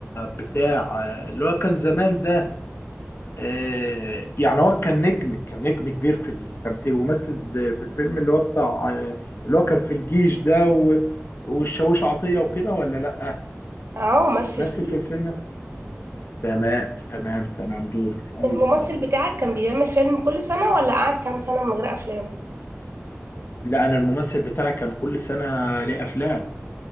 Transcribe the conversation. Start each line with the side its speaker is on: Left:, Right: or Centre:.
Left: بتاع اللي هو كان زمان ده إيه يعني هو كان نجم كان نجم كبير في التمثيل ومثل في الفيلم اللي هو بتاع آه، اللي هو كان في الجيش ده و- والشاويش عطية وكده ولا لأ
Right: اه مثل
Left: مثل
Right: فيه
Left: في الفيلم تمام تمام تمام دورك اسألي
Right: الممثل
Left: سؤال
Right: بتاعك كان بيعمل فيلم كل سنة ولا قعد كام سنة من غير افلام
Left: لا أنا الممثل بتاعي كان كل سنة ليه أفلام